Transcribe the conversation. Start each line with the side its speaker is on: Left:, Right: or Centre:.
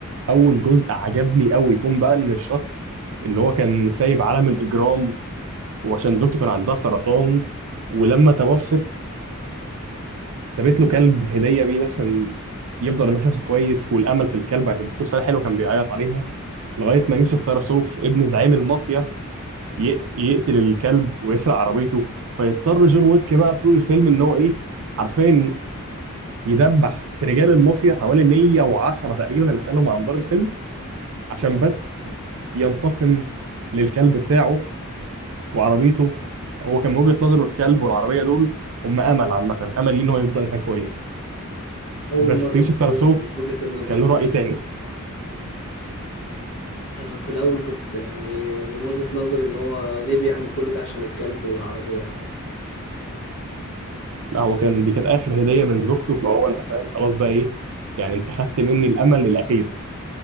Right: اول جزء عجبني قوي يكون بقى ان الشخص اللي هو كان سايب عالم الاجرام وعشان زوجته كان عندها سرطان ولما توفت سابت له كلب هديه بيه بس إن يفضل انه شخص كويس والامل في الكلب هيديته رساله حلوه كان بيعيط عليها لغايه ما يوسف ثراسوف ابن زعيم المافيا يقت- يقتل الكلب ويسرق عربيته فيضطر جون ويك بقى طول الفيلم ان هو ايه عارفين يدبح في رجال المافيا حوالي 110 تقريبا اللي قتلهم على مدار الفيلم عشان
Left: اه
Right: بس ينتقم للكلب بتاعه وعربيته هو كان من وجهة نظره الكلب والعربية دول هم أمل عامة أمل ليه إن هو يفضل إنسان كويس
Left: أول
Right: بس
Left: مرة
Right: يوسف
Left: أبص
Right: ترسوف
Left: لها من وجهة النظر
Right: كان
Left: دي
Right: له رأي تاني
Left: أنا في الأول كنت يعني من وجهة نظري إن هو ليه بيعمل كل ده عشان الكلب والعربية يعني
Right: لا هو كان دي كانت آخر هدية من زوجته فهو أنت فاهم خلاص بقى إيه يعني أنت خدت مني الأمل الأخير